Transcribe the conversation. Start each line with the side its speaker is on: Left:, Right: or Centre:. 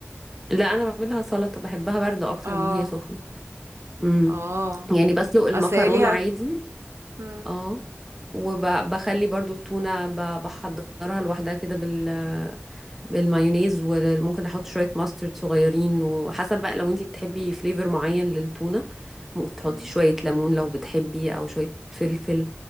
Centre: لا انا بعملها سلطة بحبها باردة اكتر
Right: اه
Centre: من هي سخنة امم
Right: اه
Centre: يعني بسلق المكرونة
Right: اصل هي ليها
Centre: عادي
Right: مم،
Centre: اه وبخلي برضو التونة ب- بحضرها لوحدها كده بال بالمايونيز وممكن احط شويه ماسترد صغيرين وحسب بقى لو انتي بتحبي فليفر معين للتونه ممكن تحطي
Right: مم،
Centre: شويه ليمون لو بتحبي او شويه فلفل